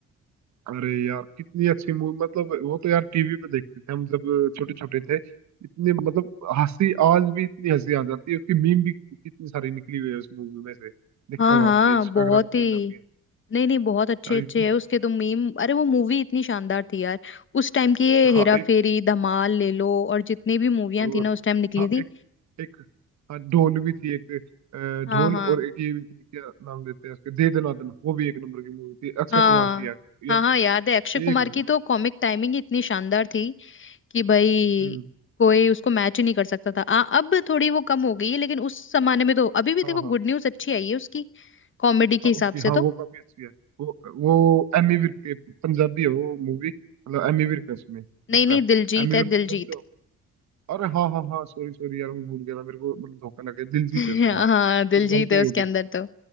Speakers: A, on the right; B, on the left.
A: अरे यार कितनी अच्छी मूवी मतलब वो तो यार टीवी पे देखते थे हम जब छोटे छोटे थे इतने मतलब हंसी आज भी इतनी हंसी आ जाती है उसकी मीम भी कितनी सारी निकली हुई है उस मूवी में से देखा
B: हाँ
A: हो
B: हाँ
A: आपने इंस्टाग्राम
B: बहुत
A: पे
B: ही
A: रील आती है
B: नहीं नहीं बहुत अच्छे
A: यार
B: अच्छे
A: इतनी
B: है उसके तो मीम अरे वो मूवी इतनी शानदार थी यार उस टाइम की ये
A: हाँ
B: हेरा फेरी धमाल ले लो और जितनी भी मूवियां
A: और
B: थी ना उस टाइम निकली
A: हाँ
B: थी
A: एक एक हाँ ढोल भी थी एक अ,
B: हाँ
A: ढोल
B: हाँ
A: और एक ये भी थी क्या नाम देते हैं उसके दे दना दना वो भी एक नंबर की मूवी थी अक्षय
B: हाँ
A: कुमार की यार
B: हाँ
A: यार
B: हाँ याद है अक्षय कुमार
A: एक नंबर
B: की तो कॉमिक टाइमिंग इतनी शानदार थी कि भाई
A: हम्म
B: कोई उसको मैच ही नहीं कर सकता था आ, अब थोड़ी वो कम हो गई है लेकिन उस जमाने में तो अभी भी
A: हाँ
B: देखो
A: हाँ हाँ
B: गुड न्यूज अच्छी आई है उसकी कॉमेडी के
A: हाँ,
B: हिसाब
A: उसकी हाँ
B: से तो
A: वो काफी अच्छी है वो वो एमी विर्क के पंजाबी है वो मूवी मतलब एमी विर्क है उसमें दूसरा
B: नहीं नहीं दिलजीत
A: एमी
B: है
A: विर्क
B: दिलजीत
A: को जानते हो अरे हाँ हाँ हाँ सॉरी सॉरी यार मैं भूल गया था मेरे को मतलब धोखा लग गया दिलजीत
B: <laughs>
A: है उसमें हाँ उसको
B: हाँ दिलजीत
A: जानते
B: है
A: ही
B: उसके
A: होगे
B: अंदर तो